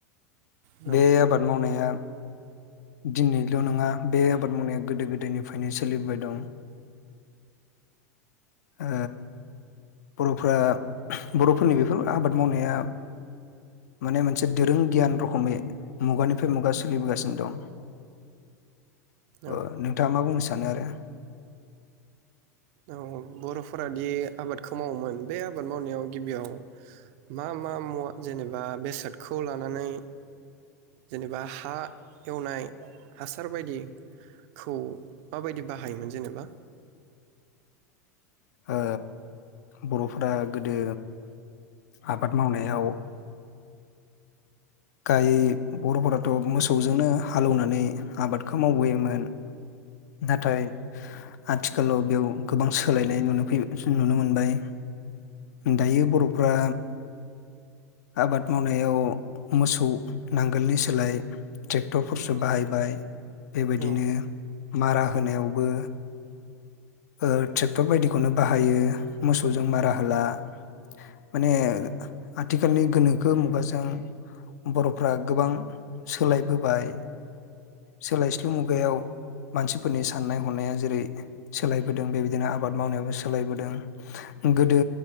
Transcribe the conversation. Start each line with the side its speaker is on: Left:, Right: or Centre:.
Right: औ
Left: बे आबाद मावनाया दिनैल' नङा बे आबाद मावनाया गोदो गोदायनिफ्रायनो सोलिबोबाय दं। ओ बर' फ्रा बरफोरनि बेफोर आबाद मावनाया माने मोनसे दोरों गियान रखोमै मुगानिफ्राय मुगा सोलिबोगासिनो दं।
Right: औ
Left: ओ नोंथाङा मा बुंनो सान सानो आरो?
Right: औ बर'फोरादि आबादखौ मावोमोन बे आबाद मावनायाव गिबियाव मा मा मुवा जेनेबा बेसादखौ लानानै जेनेबा हा एवनाय, हासार बायदिखौ माबायदि बाहायोमोन जेनेबा?
Left: ओ बर'फोरा गोदो आबाद मावनायाव गाय बरफोराथ मोसौजोंनो हालौवनानै आबादखौ मावबोयोमोन। नाथाय आथिखालाव बेयाव गोबां सोलायनाय नुनो फै नुनो मोनबाय। दायो बर'फ्रा आबाद मावनायाव मोसौ नांगोलनि सोलाय ट्रेक्टरफोरसो
Right: औ
Left: बाहायबाय बेबायदिनो
Right: औ
Left: मारा होनायावबो ओ ट्रेक्टर बायदिखौनो बाहायो मोसौजों मारा होला। माने आथिखालनि गोनोखो मुगाजों बर'फ्रा गोबां सोलायबोबाय सोलायस्लु मुगायाव मानसिफोरनि साननाय हनाया जेरै सोलायबोदों, बेबायदिनो आबाद मावनायावबो सोलायबोदों गोदो